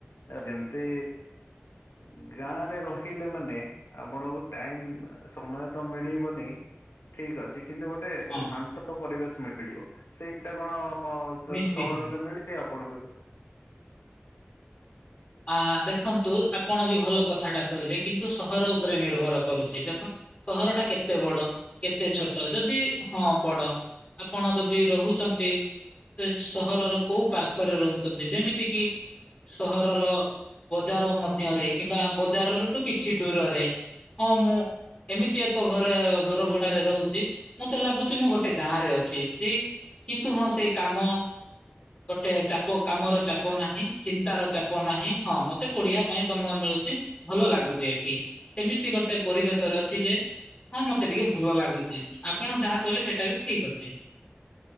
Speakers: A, on the left (about 80°); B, on the left (about 30°).
A: ଏ ଯେମିତି ଉଁ ଗାଁ ରେ ରହିଲେ ମାନେ ଆପଣଙ୍କୁ ଟାଇମ୍ ଆ ସମୟ ତ ମିଳିବନି ଠିକ୍ ଅଛି କିନ୍ତୁ ଗୋଟେ
B: ହଁ
A: ଶାନ୍ତ ପରିବେଶ ମିଳିବ ସେଇଟା କଣ ହଁ ସ
B: ନିଶ୍ଚିତ।
A: ସହରରେ ମିଳିବ ଆପଣଙ୍କୁ ସାର୍
B: ଆ ଦେଖନ୍ତୁ ଆପଣ ବି ଭଲ କଥାଟା କହିଲେ କିନ୍ତୁ ସହର ଉପରେ ନିର୍ଭର କରୁଛି ଦେଖ ସହର ଟା କେତେ ବଡ କେତେ ଛୋଟ ଯଦି ହଁ ବଡ। ଆପଣ ଯଦି ରହୁଛନ୍ତି ସେ ସହରର କୋଉ ପାର୍ଶ୍ଵରେ ରହୁଛନ୍ତି ଯେମିତି କିି ସହ ରର ବଜାର ମଧ୍ୟରେ କିମ୍ବା ବଜାରରୁ ଠୁ କିଛି ଦୂରରେ? ହଁ ମୁଁ ଏମିତି ଏକ ଘରେ ଘର ଭଡାରେ ରହୁଛି ମତେ ଲାଗୁଛି ମୁଁ ଗୋଟେ ଗାଁ ରେ ଅଛି କି। କିନ୍ତୁ ହଁ ସେଇ କାମ ଗୋଟେ ଚାପ କାମର ଚାପ ନାହିଁ ଚିନ୍ତାର ଚା ପ ନାହିଁ ହଁ ମତେ ପଢିବା ପାଇଁ ସମୟ ମିଳୁଛି ଭଲ ଲାଗୁଚି ଏଠି। ଏମିତି ଗୋଟେ ପରିବେଶରେ ଅଛି ଯେ ହଁ ମତେ ଟିକେ ଭଲ ଲାଗୁଚି ଆପଣ ଯାହା କହିଲେ ସେଟା ବି ଠିକ ଅଛି।